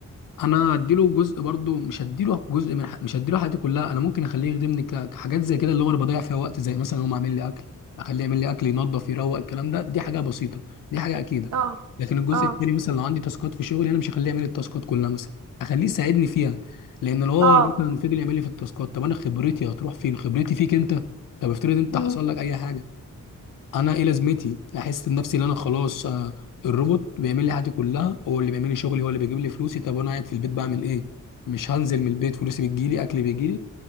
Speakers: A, on the left; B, on the right.
A: انا اديله جزء برضو مش هديله جزء من ح... مش هديله حياتي كلها انا ممكن اخليه يخدمني ك... كحاجات زي كده اللي هو انا بضيع فيها وقت زي مثلا هو عامل لي اكل اخليه يعمل لي اكل ينظف يروق الكلام ده دي حاجه بسيطه دي حاجه اكيده
B: اه
A: لكن الجزء
B: اه
A: التاني مثلا لو عندي تاسكات في شغلي انا مش هخليه يعمل لي التاسكات كلها مثلا اخليه يساعدني فيها لان لو هو
B: اه
A: مثلا فضل يعمل لي في التاسكات طب انا خبرتي هتروح فين خبرتي فيك انت طب افترض انت مم. حصل لك اي حاجه انا ايه لازمتي احس بنفسي ان انا خلاص آه، الروبوت بيعمل لي حياتي كلها هو اللي بيعمل لي شغلي هو اللي بيجيب لي فلوسي طب انا قاعد في البيت بعمل ايه مش هنزل من البيت فلوسي بتجيلي اكلي بيجيلي